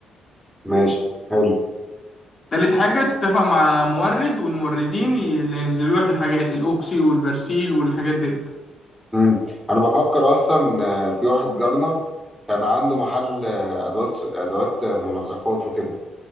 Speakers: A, in the centre; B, on the left.
A: ماشي حلو
B: تالت حاجة تتفق مع مورد والموردين ي- اللي ينزلوا لك الحاجات الأوكسي والبرسيل والحاجات ديت
A: مم. انا بفكر اصلا آه، في واحد جارنا كان عنده محل آه، ادوات ادوات آه، منظفات وكده